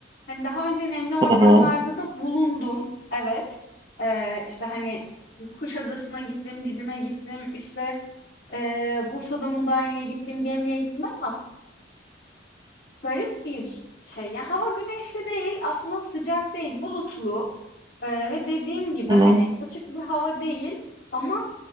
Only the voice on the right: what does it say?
Hı hı
hı.